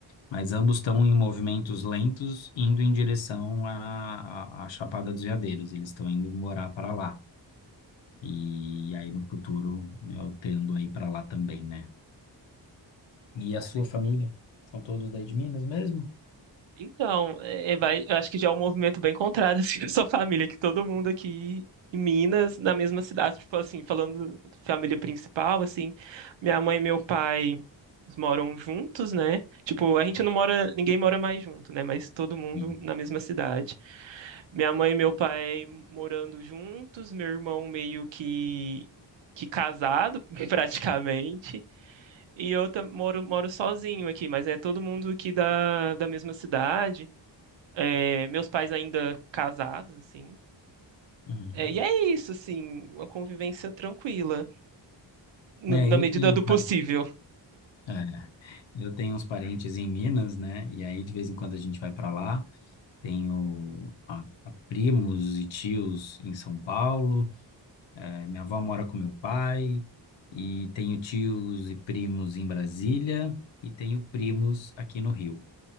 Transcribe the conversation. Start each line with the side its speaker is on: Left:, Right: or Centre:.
Left: mas ambos estão em movimentos lentos, indo em direção à, à, à Chapada dos Veadeiros. Eles estão indo morar para lá. E aí no futuro eu tendo aí para lá também, né?
Right: <laughs>
Left: E a sua família? São todos daí de Minas mesmo?
Right: Então, é, vai, eu acho que já é um movimento bem contrário assim, <laughs> da sua família, que todo mundo aqui em Minas, na mesma cidade, tipo assim, falando da família principal, assim, minha mãe e meu pai eles moram juntos, né? Tipo, a gente não mora, ninguém mora mais junto, né? Mas todo mundo
Left: Hum.
Right: na mesma cidade. Minha mãe e meu pai morando juntos, meu irmão meio que que casado, <laughs> praticamente, e eu tam- moro, moro sozinho aqui, mas é todo mundo aqui da, da mesma cidade. É, meus pais ainda casados, assim.
Left: Uhum.
Right: É, e é isso, assim, uma convivência tranquila, no-
Left: É,
Right: na
Left: eu
Right: medida
Left: tenho,
Right: do possível.
Left: pai. é, Eu tenho uns parentes em Minas, né? E aí, de vez em quando, a gente vai para lá. Tenho a- a primos e tios em São Paulo. Eh, minha avó mora com meu pai. E tenho tios e primos em Brasília. E tenho primos aqui no Rio.